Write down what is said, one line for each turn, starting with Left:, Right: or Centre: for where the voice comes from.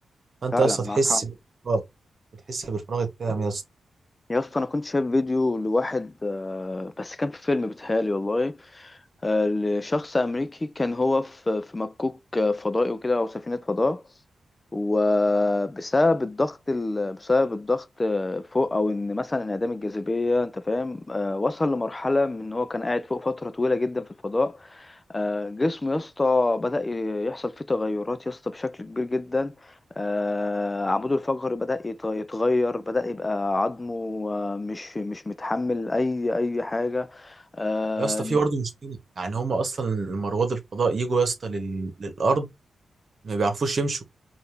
Right: فانت
Left: فعلا
Right: يا اسطى
Left: معاك
Right: تحس
Left: حق
Right: بالفراغ بتحس بالفراغ التام يا اسطى
Left: يا اسطى انا كنت شايف فيديو لواحد آه، بس كان في فيلم بيتهيألي والله آه، لشخص أمريكي كان هو في في مكوك آه، فضائي وكده أو سفينة فضاء وبسبب الضغط ال... بسبب الضغط آه، فوق او ان مثلا انعدام الجاذبيه انت فاهم آه، وصل لمرحله من ان هو كان قاعد فوق فتره طويله جدا في الفضاء آه، جسمه يا اسطى بدا ي- يحصل فيه تغيرات يا اسطى بشكل كبير جدا آه، عموده الفقري بدا يت- يتغير بدا يبقى عظمه آه، مش مش متحمل اي اي حاجه آه،
Right: يا اسطى في برضه مشكله يعني هم اصلا لما رواد الفضاء يجوا يا اسطى لل... للارض ما بيعرفوش يمشوا